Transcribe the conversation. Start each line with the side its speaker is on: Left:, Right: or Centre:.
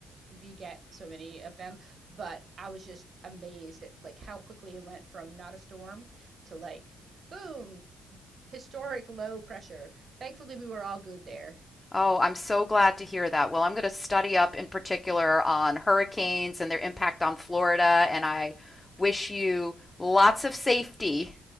Right: we get so many of them, but I was just amazed at like how quickly it went from not a storm to like boom historic low pressure. Thankfully, we were all good there.
Left: Oh, I'm so glad to hear that. Well, I'm going to study up in particular on hurricanes and their impact on Florida, and I wish you lots of safety